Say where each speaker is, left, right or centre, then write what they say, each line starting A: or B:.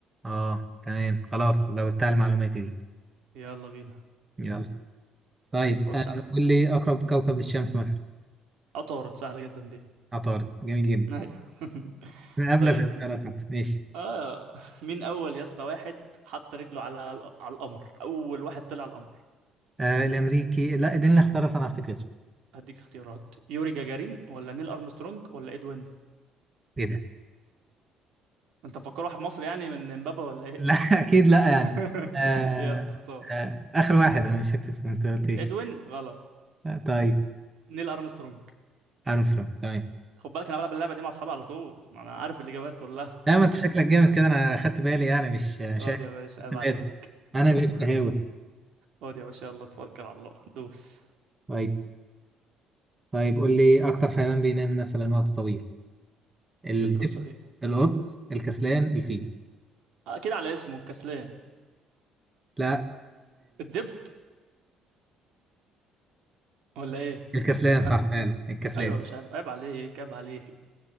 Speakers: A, on the right; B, on the right.
A: أه تمام خلاص لو بتاع المعلومات دي
B: يلا بينا
A: يلا طيب
B: خش
A: آه،
B: عليا
A: قول لي أقرب كوكب للشمس مثلا
B: عطارد سهلة جدا دي
A: عطارد جميل جدا
B: <laughs>
A: من قبل
B: طيب
A: الاختيارات حتى ماشي
B: اه مين اول يا اسطى واحد حط رجله على ال- على القمر اول واحد طلع القمر
A: آه الأمريكي لا اديني الاختيارات أنا أفتكر اسمه
B: هديك اختيارات يوري جاجارين ولا نيل ارمسترونج ولا ادوين
A: إيه ده
B: انت مفكر واحد مصري يعني من امبابة ولا ايه
A: لا <laughs> أكيد لا يعني
B: <laughs>
A: آه
B: يلا اختار
A: آه آخر واحد أنا مش فاكر اسمه أنت قلت إيه
B: ادوين غلط
A: آه طيب
B: نيل ارمسترونج
A: أرمسترونج تمام
B: خد بالك انا بلعب اللعبه دي مع اصحابي على طول ما انا عارف الاجابات كلها
A: لا ما أنت شكلك جامد كده أنا خدت بالي يعني مش مش
B: اقعد
A: عارف.
B: يا باشا
A: خدت
B: عيب
A: بالي
B: عليك <laughs>
A: أنا
B: ايوه
A: اللي استهاوي
B: اقعد يا باشا يلا توكل على الله دوس
A: طيب طيب قول لي أكتر حيوان بينام مثلا وقت طويل الدب
B: ايه القصه دي
A: القط الكسلان الفيل
B: اكيد على اسمه الكسلان
A: لا
B: الدب ولا ايه
A: الكسلان صح
B: انا
A: فعلا الكسلان
B: ايوه يا باشا عيب عيب عليك عيب عليك